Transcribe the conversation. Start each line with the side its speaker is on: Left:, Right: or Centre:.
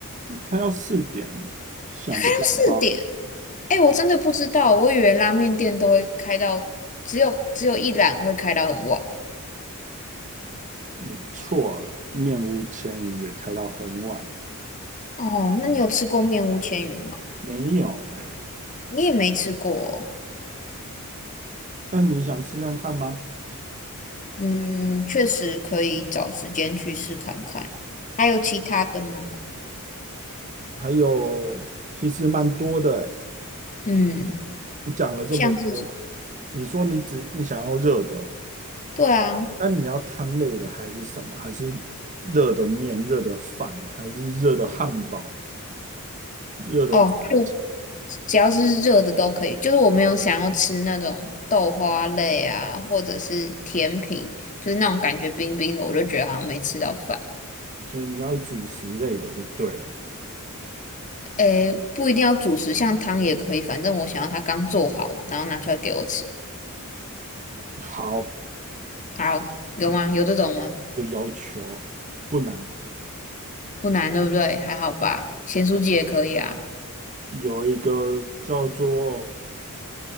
Right: 那开到四点，想不到吧？
Left: 它开到四点。哎、我真的不知道，我以为拉面店都会开到只有只有一栏会开到很晚。
Right: 你错了，面屋千云也开到很晚。
Left: 哦，那你有吃过面屋千云吗？
Right: 没有哎、
Left: 你也没吃过哦。
Right: 但你想试看看吗？
Left: 嗯，确实可以找时间去试看看。还有其他的吗？
Right: 还有其实蛮多的诶，
Left: 嗯，
Right: 你讲了这么多，
Left: 像是什，
Right: 你说你只你想要热的，
Left: 对啊，
Right: 那你要汤类的还是什么？还是热的面、热的饭，还是热的汉堡、热的？
Left: 哦，就只要是热的都可以。就是我没有想要吃那种豆花类啊，或者是甜品，就是那种感觉冰冰的，我就觉得好像没吃到饭。
Right: 所以你要主食类的就对了。
Left: 诶，不一定要主食，像汤也可以，反正我想要它刚做好，然后拿出来给我吃。
Right: 好，
Left: 好，有吗？
Right: 嗯，
Left: 有这种吗？
Right: 一个要求不难，
Left: 不难，对不对？还好吧，咸酥鸡也可以啊。
Right: 有一个叫做